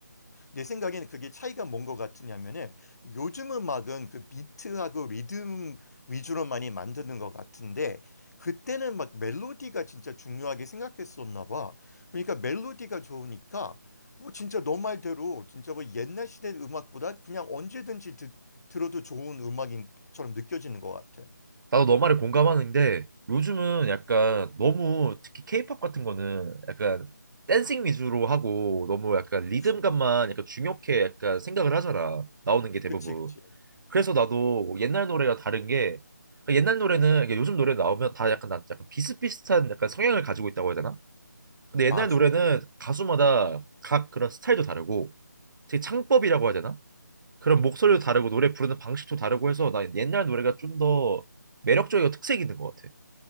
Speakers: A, on the left; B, on the right.
A: 내 생각에는 그게 차이가 뭔 것 같으냐면은 요즘 음악은 그 비트하고 리듬 위주로 많이 만드는 것 같은데 그때는 막 멜로디가 진짜 중요하게 생각했었나 봐. 그러니까 멜로디가 좋으니까 뭐 진짜 너 말대로 진짜 뭐 옛날 시대 음악보다 그냥 언제든지 듣, 들어도 좋은 음악인처럼 느껴지는 것 같아.
B: 나도 너 말에 공감하는데 요즘은 약간 너무 특히 케이팝 같은 거는 약간 댄싱 위주로 하고 너무 약간 리듬감만
A: 그치.
B: 약간 중요하게 약간 생각을 하잖아. 나오는 게 대부분.
A: 그치, 그치.
B: 그래서 나도 옛날 노래가 다른 게 그러니까 옛날 노래는 이게 요즘 노래 나오면 다 약간 난 약간 비슷비슷한 약간 성향을 가지고 있다고 해야 되나? 근데
A: 맞아.
B: 옛날 노래는 가수마다 각 그런 스타일도 다르고 되게 창법이라고 해야 되나? 그런 목소리도 다르고 노래 부르는 방식도 다르고 해서 나 옛날 노래가 좀 더 매력적이고 특색 있는 것 같아.